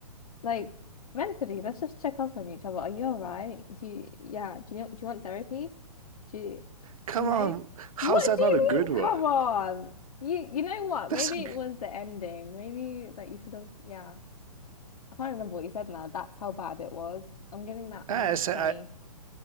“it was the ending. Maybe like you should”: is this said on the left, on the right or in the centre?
Left